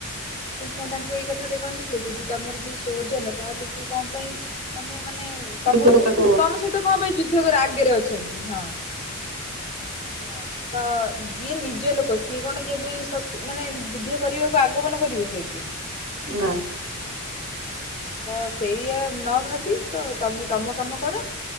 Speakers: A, on the left; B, on the right.
A: ଶ୍ରୀକୃଷ୍ଣ ତାଙ୍କୁ ଏଇ କଥା ଟେ କହିନଥିଲେ ଯଦି ତମର ଯିଏ ସୌଜନ ତାହେଲେ ସିଏ କଣ ପାଇଁ ତମ ମାନେ ତମ
B: ବିଜୟ ତାକୁ
A: ତମ ସହିତ କଣ ପାଇଁ ଯୁଦ୍ଧକର ଆଗରେ ଅଛନ୍ତି, ହଁ। ହଁ ତ ଯିଏ ନିଜ ଲୋକ ସିଏ କଣ କେବେ ମାନେ ଯୁଦ୍ଧ କରିବାକୁ ଆଗମନ କରିବି <unintelligible>
B: ନାଆଁ
A: ତ ସେଇଆ ନ ଭାବି ତ ତମେ ତମ କାମ କର।